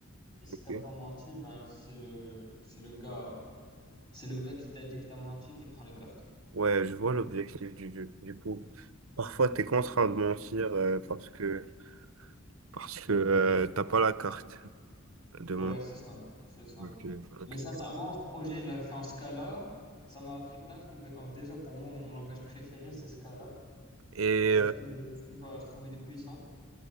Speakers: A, on the left; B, on the right.
A: Et si
B: Ok.
A: t'as pas menti, ben c'est le c'est le gars c'est le gars qui t'a dit que t'as menti qui prend les cartes.
B: Ouais, je vois l'objectif du jeu. Du coup, parfois, t'es contraint de mentir euh, parce que, parce que euh, t'as pas la carte de
A: Ouais, c'est ça, c'est ça.
B: Ok, ok.
A: Mais sincèrement, ce projet, je l'avais fait en Scala. Ça m'a appris plein de compétences. Déjà, pour moi, mon langage préféré, c'est Scala.
B: Et
A: Parce
B: euh,
A: que je sais pas, je trouve il est puissant.